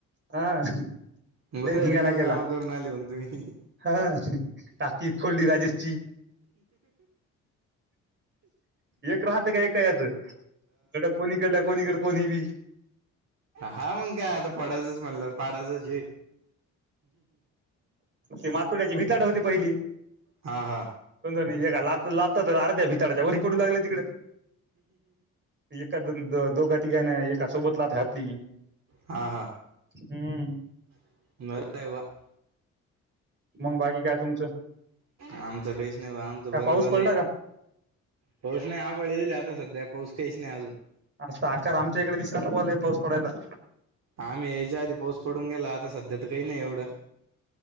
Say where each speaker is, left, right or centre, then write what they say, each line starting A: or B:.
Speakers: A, on the right; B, on the right.
A: हा
B: बरं
A: लय धिंगाणा
B: रिकामी
A: केला.
B: काम करून आली मग तुम्ही
A: हा टाकी चं खोंडी राजेची एक राहते का एक याचं <unintelligible> कोणी केल कोणी करत कोणी बी
B: हा मंग काय आता फोडाचच म्हणल्यावर पाडायचचये
A: ही मातुड्याची भिताड होती पहिली.
B: हा हा
A: नाही ऐका लात लातात अर्ध्या भिताडाच्या वरी पडू लागल्या तिकड एखाद दो दोघा तीघान एका सोबत लात घातली की
B: हा हा
A: हम्म.
B: <unintelligible>
A: मग बाकी काय तुमचं
B: आमचं काहीच ना बा आमचं
A: काय
B: बर
A: पाऊस
B: झालेय.
A: पडला का
B: पाऊस नाय आबळ येयलय आता सध्या पाऊस काहीच नाही अजून
A: आता आकार आमच्या इकड दिसाले बुआ लय पाऊस पडायला.
B: आम्ही यायच्या आधी पाऊस पडून गेला आता सध्या तर काही नाही एवढं.